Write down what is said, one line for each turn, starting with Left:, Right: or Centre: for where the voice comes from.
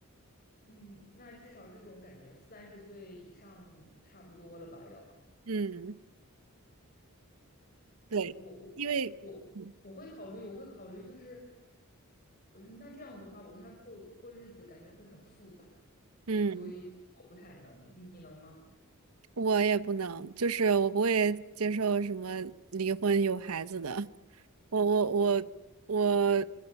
Left: 嗯，那至少这种感觉三十岁以上差不多了吧？要
Right: 嗯，对，
Left: 我我我我会考虑，
Right: 因为嗯。
Left: 我会考虑，就是，嗯那这样的话，我跟他过过日子，感觉会很复杂，
Right: 嗯
Left: 所以我不太能。你能吗？
Right: 我也不能，就是我不会接受什么离婚有孩子的，我我我我